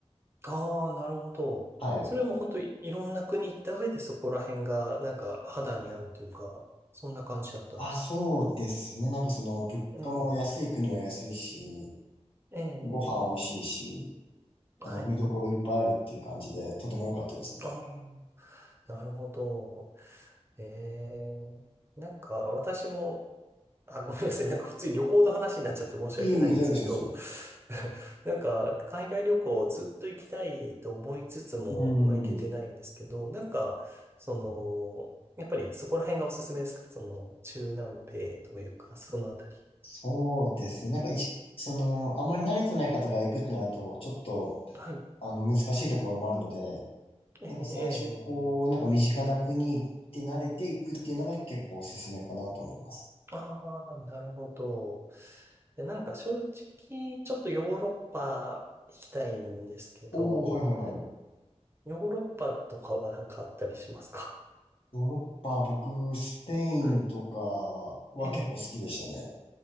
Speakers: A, on the right; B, on the left.
A: ああ、なるほど。
B: はい。
A: それも本当い、いろんな国行った上でそこら辺が、なんか肌に合うというか、そんな感じだったんですか
B: あ、そうですね。なんかその、物価も安い国は安いし、
A: ええ、ええ、
B: ご飯美味しいし、
A: ええ、はい。
B: あの、見どころいっぱいあるっていう感じで、とても良かったですね。
A: ああ、なるほど。ええ、なんか私も、あ、ごめんなさい。なんか普通に旅行の話になっちゃって申し訳ないんですけど、
B: いい、大丈夫です大丈夫ですよ
A: <laughs> なんか海外旅行ずっと行きたいと思いつつも、
B: う
A: まあ行けてないんですけど、
B: ん。
A: なんか、その、やっぱりそこら辺がおすすめですかその、中南米というか、そのあたり。
B: そうですね。なんか一、その、あんまり慣れてない方が行くってなると、ちょっと、
A: はい。
B: あの、難しいところもあるので、
A: ええええ
B: なんか最初、こう、なんか身近な国行って慣れていくっていうのが結構おすすめかなと思います。
A: ああー、なるほど。で、なんか正直、ちょっとヨーロッパ行きたいんですけど、
B: おー、はいはいはい。
A: ヨーロッパとかはなんかあったりしますか
B: ヨーロッパ、僕、スペインとかは結構好きでしたね。
A: はい。ええ